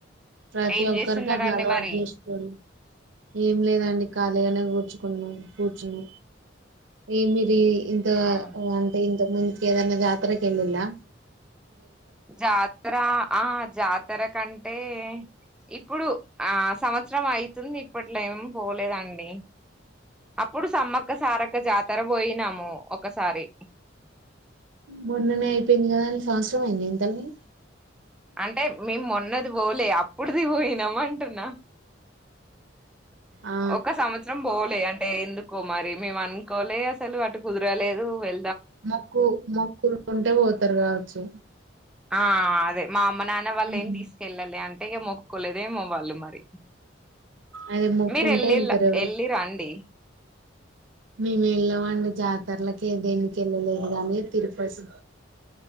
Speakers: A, on the right; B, in the centre.
A: ప్రతి
B: ఏం
A: ఒక్కరికి
B: చేస్తున్నారండి
A: అట్లా అలవాటు
B: మరి
A: చేసుకోడు ఏం లేదాండి ఖాళీగానే కూర్చు కూర్చున్న ఏమి ఇ ఇంత
B: అవును
A: అంటే ఇంత ముందుక ఏదన్నా జాతర వెళ్ళలా
B: జాతర ఆ జాతర కంటే ఇప్పుడు ఆ సంవత్సరం అయితుంది ఇప్పట్లో ఏమ పోలేదండి అప్పుడు సమ్మక్క సారక్క జాతర పోయినాము ఒకసారి
A: మొన్ననే అయిపోయింది కదా అండి సంవత్సరం అయింది ఇంతల్ని
B: అంటే మేము మొన్నది పోలే అప్పుడుది పోయినామ అంటున్నా
A: ఆ ఆ
B: ఒక సంవత్సరం పోలే అంటే ఎందుకు కుమారి మేము ఆన్కొలె అసలు అటు కుదరలేదు వె
A: మొక్కు మొక్కులు ఉంటే పోతారు కావచ్చు
B: ఆ అదే మా అమ్మ నాన్న వాళ్ళు ఏం
A: ఉమ్.
B: తీష్కెళ్ళాలి అం ఇక మొక్కులోలేదేమో వాళ్ళు మరి
A: అదే మొక్కు
B: మీరు
A: ఉంటే
B: ఎల్లిలా
A: వెళ్తారు
B: ఏళ్ళిరండి
A: మేమెల్లమ్మండి జాతర్లకి ఏ దేనికి వెళ్ళలేదు గానీ తిరుపతి